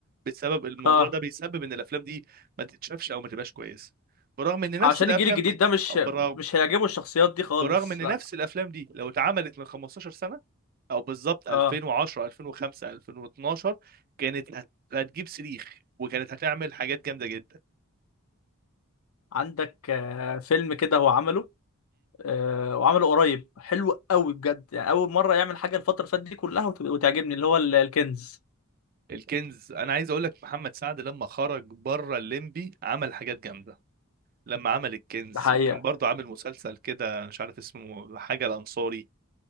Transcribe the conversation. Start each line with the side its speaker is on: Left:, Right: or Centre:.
Right: بسبب الموضوع
Left: اه
Right: ده بيسبب ان الافلام دي ما تتشافش او ما تبقاش كويسه برغم ان نفس
Left: عشان
Right: الافلام
Left: الجيل الجديد
Right: دي
Left: ده مش
Right: برغم
Left: مش هيعجبه الشخصيات دي خالص
Right: برغم ان
Left: لا
Right: نفس الافلام دي لو اتعملت من 15 سنه او بالظبط
Left: اه
Right: 2010 2005 2012 كانت هت- هتجيب صريخ وكانت هتعمل حاجات جامده جدا
Left: عندك آه فيلم كده هو عمله آه وعمله قريب حلو قوي بجد يعني أول مرة يعمل حاجة الفترة اللي فاتت دي كلها وت- وتعجبني اللي هو ال- الكنز
Right: الكنز انا عايز اقول لك محمد سعد لما خرج بره الليمبي عمل حاجات جامده لما عمل الكنز
Left: ده حقيقة
Right: وكان برضو عامل مسلسل كده مش عارف اسمه حاجه الانصاري